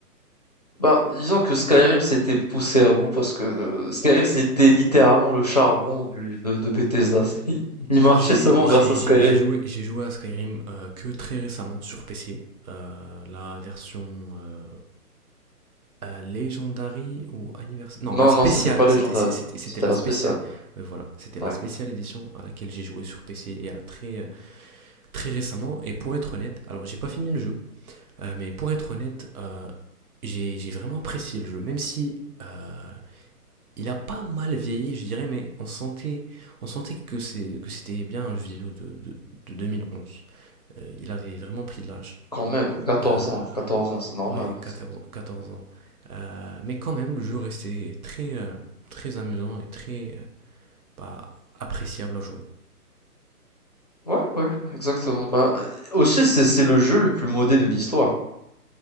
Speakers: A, on the left; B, on the right.
A: ben, disons que Skyrim s'était poussé à bout parce que euh, Skyrim, c'était littéralement le charbon du, de, de Bethesda. <laughs> Il il
B: Moi,
A: marchait
B: j'ai
A: seulement
B: j'ai-
A: grâce à Skyrim.
B: j'ai- joué, j'ai joué à Skyrim euh, que très récemment sur PC. Euh, la version euh, euh, Legendary ou anniversaire. Non,
A: Non,
B: la spéciale.
A: non, c'était pas
B: C'était
A: légendaire.
B: c'était- c'était
A: C'était
B: la
A: la
B: spéciale.
A: spéciale.
B: Ouais, voilà. C'était la
A: Ouais.
B: spéciale édition à laquelle j'ai joué sur PC et à très, euh, très récemment et pour être honnête, alors j'ai pas fini le jeu, euh, mais pour être honnête, euh, j'ai j'ai vraiment apprécié le jeu, même si euh, il a pas mal vieilli, je dirais, mais on sentait, on sentait que c'est que c'était bien un jeu vidéo de, de, de 2011. Euh, il avait vraiment pris de l'âge.
A: Quand même, 14
B: Euh,
A: ans, 14 ans, c'est normal.
B: ouais, 14, 14 ans. Euh, mais quand même, le jeu restait très, euh, très amusant et très euh, bah, appréciable à jouer.
A: Ouais, ouais, exactement. Bah, euh, aussi, c'est c'est le jeu le plus modé de l'histoire.